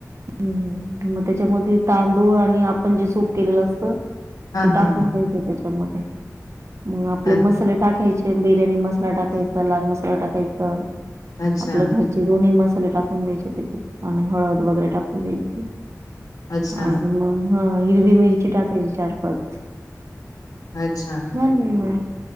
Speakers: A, on the right; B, on the left.
A: हं मग त्याच्यामध्ये तांदूळ आणि आपण जे सूप केलेलं असतं
B: हा
A: ते टाकून
B: हा हा
A: द्यायचं त्याच्यामध्ये मग आपले
B: अ-
A: मसाले टाकायचे बिर्याणी मसाला टाकायचा लाल मसाला टाकायच
B: अच्छा
A: आपलं घर चे दोन्ही मसाले टाकून द्यायचे त्याच्यात आणि हळद वगैरे टाकून द्यायचे
B: अच्छा
A: आणि मग हं हिरवी मिरची टाकायची चार पाच
B: अच्छा
A: मग